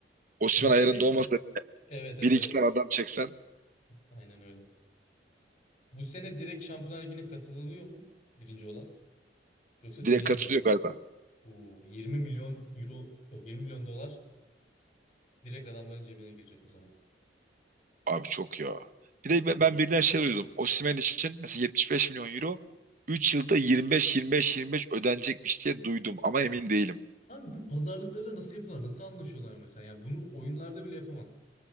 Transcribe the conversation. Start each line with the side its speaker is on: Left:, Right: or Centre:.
Right: Osimhen
Left: bu sene
Right: ayarında olmasa
Left: evet evet
Right: bir iki
Left: evet.
Right: tane adam çeksen
Left: Aynen öyle. Bu sene direkt Şampiyonlar Ligi'ne katılınıyor mu? Birinci olan. Yoksa seneye
Right: direkt katılıyor
Left: miydi o?
Right: galiba.
Left: Oo, 20 milyon euro yok 20 milyon dolar direkt adamların cebine girecek o zaman.
Right: Abi çok ya. Bir de ben
Left: Çok
Right: ben
Left: mükemmel
Right: birden şey duydum.
Left: bir para.
Right: Osimhen için mesela 75 milyon euro 3 yılda 25-25-25 ödenecekmiş diye duydum ama emin değilim.
Left: Lan bu pazarlıkları da nasıl yapıyorlar? Nasıl anlaşıyorlar mesela? Yani bunu oyunlarda bile yapamazsın.